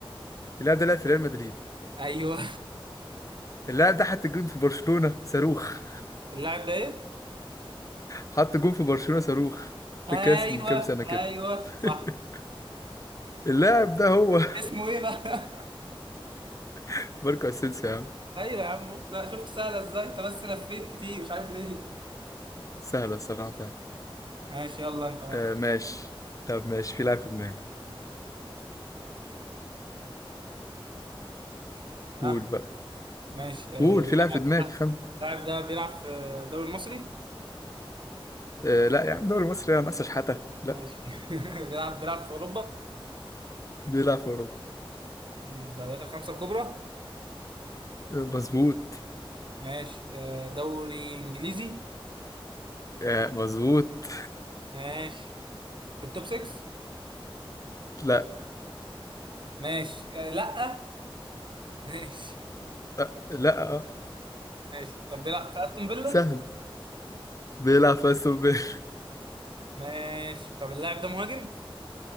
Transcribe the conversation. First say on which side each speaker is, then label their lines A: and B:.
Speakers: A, on the left; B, on the right.
A: اللاعب ده لعب في ريال مدريد
B: ايوه
A: اللاعب ده حط جون في برشلونة صاروخ
B: <laughs> اللاعب ده ايه؟
A: حط جون في برشلونة صاروخ في
B: ايوه
A: كاس من كام سنة كده
B: ايوه
A: <laughs>
B: صح
A: اللاعب ده هو
B: اسمه ايه بقى؟ <laughs>
A: <laughs> ماركو اسينسيو يا عم
B: ايوه يا عم سا- شفت سهله ازاي انت بس لفيت كتير مش عارف ليه
A: سهلة الصراحة فعلا
B: ماشي يلا انت بقى
A: آه ماشي طب ماشي في لاعب في دماغي
B: ها
A: قول بقى
B: ماشي آه،
A: قول
B: اللاعب
A: في لاعب في دماغك
B: ده
A: خم
B: اللاعب ده بيلعب في الدوري المصري
A: آه لا يا عم دوري مصر يا ناقصة شحاتة لا
B: ماشي <laughs> بيلعب بيلعب في اوروبا
A: بيلعب في أوروبا
B: من الدوريات الخمسه الكبرى
A: آه، مظبوط
B: ماشي آه، دوري انجليزي
A: آه مظبوط
B: ماشي في التوب 6
A: لا
B: ماشي آه، لا <laughs> ماشي
A: لا, لا. آه.
B: ماشي طب بيلعب في استون فيلا
A: سهل بيلعب في أستون فيلا
B: ماشي طب اللاعب ده مهاجم